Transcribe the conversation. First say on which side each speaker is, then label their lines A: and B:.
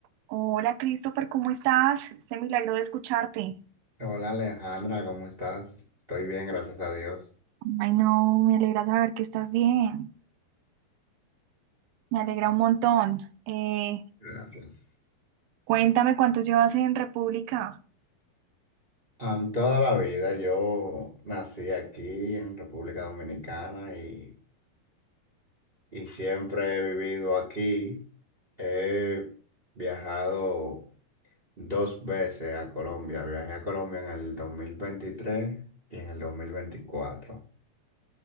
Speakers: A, on the right (about 80°); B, on the right (about 20°).
A: Hola Christopher, ¿cómo estás? Se milagro de escucharte.
B: Hola Alejandra, ¿cómo estás? Estoy bien, gracias a Dios.
A: Ay, no, me alegra saber que estás bien. Me alegra un montón. Eh,
B: Gracias.
A: cuéntame cuánto llevas en República.
B: Am, toda la vida yo nací aquí en República Dominicana y, y siempre he vivido aquí. He viajado dos veces a Colombia. Viajé a Colombia en el 2023 y en el 2024.